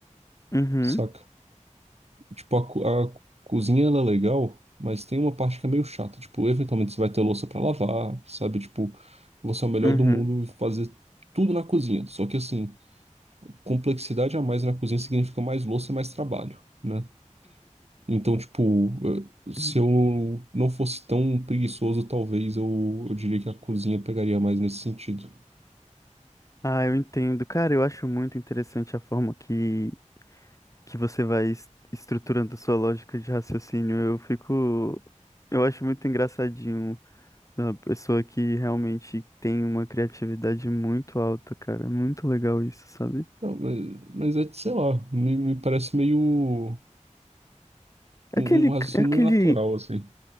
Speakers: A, on the left; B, on the right.
A: Uhum.
B: saca? Tipo, a, co- a cozinha ela é legal, mas tem uma parte que é meio chata. Tipo, eventualmente você vai ter louça pra lavar, sabe? Tipo, você é o melhor
A: Uhum.
B: do mundo e fazer tudo na cozinha. Só que assim, complexidade a mais na cozinha significa mais louça e mais trabalho. né? Então, tipo, eh, se
A: <laughs>
B: eu não fosse tão preguiçoso, talvez eu, eu diria que a cozinha pegaria mais nesse sentido.
A: Ah, eu entendo. Cara, eu acho muito interessante a forma que que você vai es- estruturando a sua lógica de raciocínio. Eu fico. Eu acho muito engraçadinho uma pessoa que realmente tem uma criatividade muito alta, cara. É Muito legal isso, sabe?
B: Não, mas, mas é, sei lá, me, me parece meio um, um
A: É Aquele,
B: raciocínio
A: é aquele
B: meio natural, assim.